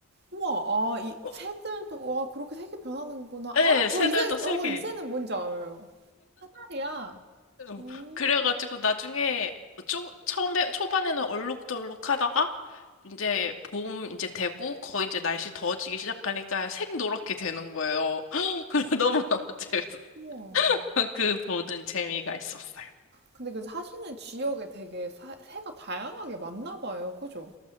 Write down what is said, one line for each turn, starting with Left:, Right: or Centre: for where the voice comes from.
Right: 우와, 아, 이
Left: 어,
Right: 새들도, 와, 그렇게 색이 변하는구나.
Left: 네,
Right: 아, 저
Left: 새들도
Right: 이 새,
Left: 색이.
Right: 어, 이 새는 뭔지 알아요. 사다리야.
Left: 어,
Right: 음,
Left: 그래가지고 나중에 초, 처음에 초반에는 얼룩덜룩 하다가 이제 봄 이제 되고 거의 이제 날씨 더워지기 시작하니까 색 노랗게 되는 거예요. <gasps> <laughs> 그래 너무너무 재밌어.
Right: 우와.
Left: <laughs> 그 보는 재미가 있었어요.
Right: 근데 그 사시는 지역에 되게 사- 새가 다양하게 많나 봐요. 그죠?